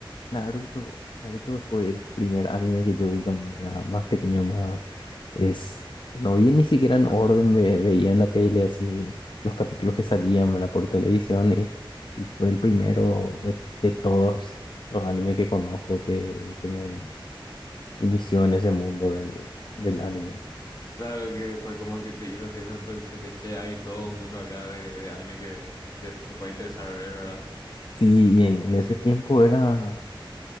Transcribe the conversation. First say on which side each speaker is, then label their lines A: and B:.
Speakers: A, on the left; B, on the left.
A: Naruto, Naruto fue el primer anime que yo vi cuando era más pequeño, más es no vi ni siquiera en orden, ve- veía en la tele así los capítulos que salían, ¿verdad? por televisión y, y fue el primero de, de todos los animes que conozco que, que me inició en ese mundo del, del anime.
B: Claro que fue como el que te hizo así esa introducción de che, hay todo un mundo acá de, de anime que te, te puede interesar ver, ¿verdad?
A: Sí, y en, en ese tiempo era